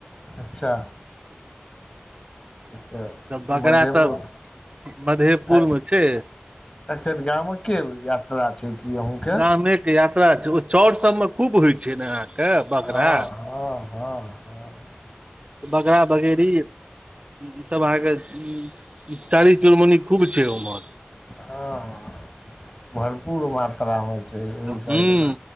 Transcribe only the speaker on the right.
बगड़ा
तऽ मधेपुरमे
छै
गामेके यात्रा छै ओ चाउर सभमे खूब होइ छै ने अहाँके बगरा।
बगरा बगेरी ईसभ अहाँके चालीस चुनमुनी खूब छै उम्हर
ह्म